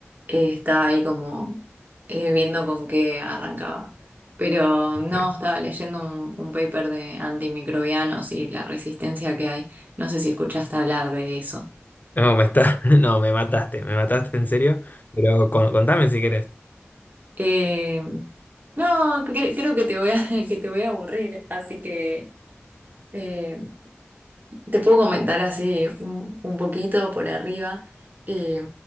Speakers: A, on the right; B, on the left.
A: eh, estaba ahí como eh, viendo con qué arrancaba. Pero
B: <laughs>
A: no, estaba leyendo un, un paper de antimicrobianos y la resistencia que hay. No sé si escuchaste hablar de eso.
B: No, me está, <laughs> no, me mataste, me mataste en serio, pero con- contame si querés.
A: Em, no, cre- creo que te voy a, <laughs> que te voy a aburrir, así que... eh, Te puedo comentar así un, un poquito por arriba eh,